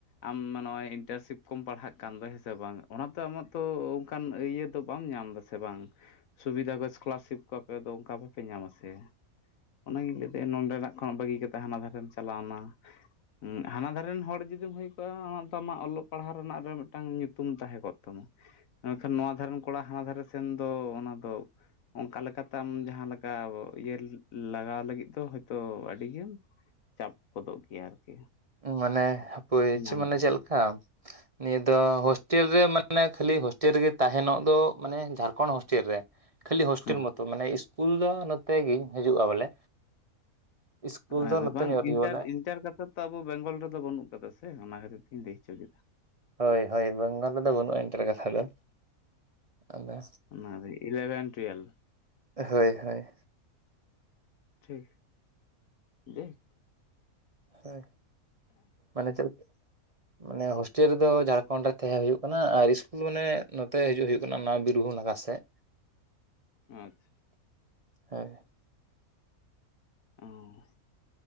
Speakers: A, on the left; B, on the right.
A: ᱟᱢ ᱱᱚᱜᱚᱭ ᱤᱱᱴᱟᱨᱥᱤᱯ ᱠᱚᱢ ᱯᱟᱲᱦᱟᱜ ᱠᱟᱱ ᱫᱚ ᱦᱮᱸ ᱥᱮ ᱵᱟᱝ ᱚᱱᱟᱛᱮ ᱟᱢᱟᱜ ᱛᱚ ᱚᱱᱠᱟᱱ ᱤᱭᱟᱹ ᱫᱚ ᱵᱟᱢ ᱧᱟᱢ ᱮᱫᱟ ᱥᱮ ᱵᱟᱝ, ᱥᱩᱵᱤᱫᱷᱟ ᱠᱚ ᱮᱥᱠᱚᱞᱟᱨᱥᱤᱯ ᱠᱚ ᱟᱯᱮ ᱫᱚ ᱚᱱᱠᱟ ᱵᱟᱯᱮ ᱧᱟᱢᱟ ᱥᱮ? ᱚᱱᱟᱜᱤᱧ ᱞᱟᱹᱭ ᱮᱫᱟ ᱱᱚᱰᱮᱱᱟᱜ ᱠᱷᱚᱱᱟᱜ ᱵᱟᱹᱜᱤ ᱠᱟᱛᱮ ᱦᱟᱱᱟ ᱫᱷᱟᱨᱮᱢ ᱪᱟᱞᱟᱣᱱᱟ ᱾ ᱦᱟᱱᱟ ᱫᱷᱟᱨᱮᱱ ᱦᱚᱲ ᱡᱩᱫᱤᱢ ᱦᱩᱭ ᱠᱚᱜᱼᱟ ᱚᱱᱟ ᱫᱚ ᱟᱢᱟᱜ ᱚᱞᱚᱜ ᱯᱟᱲᱦᱟᱜ ᱨᱮᱱᱟᱜ ᱨᱮ ᱢᱤᱫᱴᱟᱝ ᱧᱩᱛᱩᱢ ᱛᱟᱦᱮᱸ ᱠᱚᱜ ᱛᱟᱢᱟ ᱾ ᱢᱮᱱᱠᱷᱟᱱ ᱱᱚᱣᱟ ᱫᱷᱟᱨᱮ ᱨᱮᱱ ᱠᱚᱲᱟ ᱦᱟᱱᱟ ᱫᱷᱟᱨᱮ ᱥᱮᱱ ᱫᱚ ᱚᱱᱟ ᱫᱚ ᱚᱱᱠᱟ ᱞᱮᱠᱟᱛᱮ ᱟᱢ ᱡᱟᱦᱟᱸ ᱞᱮᱠᱟ ᱤᱭᱟᱹ ᱞᱟᱜᱟᱣ ᱞᱟᱹᱜᱤᱫ ᱫᱚ ᱦᱳᱭᱛᱚ ᱟᱹᱰᱤᱜᱟᱱ ᱪᱟᱯ ᱜᱚᱫᱚᱜ ᱜᱮᱭᱟ ᱟᱨᱠᱤ,
B: ᱢᱟᱱᱮ ᱦᱟᱹᱯᱟᱹᱭ
A: ᱧᱟᱢ
B: ᱪᱷᱳ ᱢᱟᱱᱮ
A: ᱠᱚ
B: ᱪᱮᱫ ᱞᱮᱠᱟ, ᱱᱤᱭᱟᱹ ᱫᱚ ᱦᱳᱥᱴᱮᱞ ᱨᱮ ᱢᱟᱱᱮ ᱠᱷᱟᱹᱞᱤ ᱦᱳᱥᱴᱮᱞ ᱨᱮᱜᱮ ᱛᱟᱦᱮᱱᱚᱜ ᱫᱚ ᱢᱟᱱᱮ ᱡᱷᱟᱲᱠᱷᱚᱸᱰ ᱦᱳᱥᱴᱮᱞ ᱨᱮ, ᱠᱷᱟᱹᱞᱤ ᱦᱳᱥᱴᱮᱞ
A: ᱦᱮᱸ
B: ᱢᱚᱛᱚ ᱢᱟᱱᱮ ᱤᱥ ᱯᱩᱞ ᱫᱚ ᱱᱚᱛᱮ ᱜᱤ ᱦᱤᱡᱩᱜᱼᱟ ᱵᱚᱞᱮ, ᱤᱥᱠᱩᱞ ᱫᱚ
A: ᱟᱫᱚ
B: ᱱᱚᱛᱮ
A: ᱵᱟᱝ
B: ᱧᱚᱜ ᱨᱮᱜᱮ
A: ᱤᱱᱴᱟᱨ
B: ᱵᱚᱞᱮ
A: ᱤᱱᱴᱟᱨ ᱠᱟᱛᱷᱟ ᱛᱚ ᱟᱵᱚ ᱵᱮᱝᱜᱚᱞ ᱨᱮᱫᱚ ᱵᱟᱹᱱᱩᱜ ᱟᱠᱟᱫᱟ ᱥᱮ ᱚᱱᱟ ᱠᱷᱟᱹᱛᱤᱨ ᱛᱤᱧ ᱞᱟᱹᱭ ᱦᱚᱪᱚ ᱠᱮᱫᱟ ᱾
B: ᱦᱳᱭ ᱦᱳᱭ ᱵᱟᱝᱜᱟᱞ ᱨᱮᱫᱚ ᱵᱟᱹᱱᱩᱜᱼᱟ ᱤᱱᱴᱟᱨ ᱠᱟᱛᱷᱟ ᱫᱚ᱾ ᱟᱫᱚ
A: ᱚᱱᱟ‌ᱫᱚ ᱤᱞᱮᱣᱮᱱᱛᱷ ᱴᱩᱭᱮᱞ ᱾
B: ᱦᱳᱭ ᱦᱳᱭ,
A: ᱴᱷᱤᱠᱜᱤ <unintelligible>
B: ᱦᱳᱭ, ᱯᱟᱞᱮ ᱪᱮᱫ ᱢᱟᱱᱮ ᱦᱳᱥᱴᱮᱞ ᱨᱮᱫᱚ ᱡᱷᱟᱲᱠᱷᱚᱸᱰ ᱨᱮ ᱛᱟᱦᱮᱸ ᱦᱩᱭᱩᱜ ᱠᱟᱱᱟ, ᱟᱨ ᱤᱥᱠᱩᱞ ᱢᱟᱱᱮ ᱱᱚᱛᱮ ᱦᱤᱡᱩᱜ ᱦᱩᱭᱩᱜ ᱠᱟᱱᱟ, ᱚᱱᱟ ᱵᱤᱨᱵᱷᱩᱱᱟᱜᱟᱨ ᱾ ᱥᱮᱫ᱾
A: ᱟᱪᱪᱷᱟ,
B: <unintelligible>
A: ᱚᱸ᱾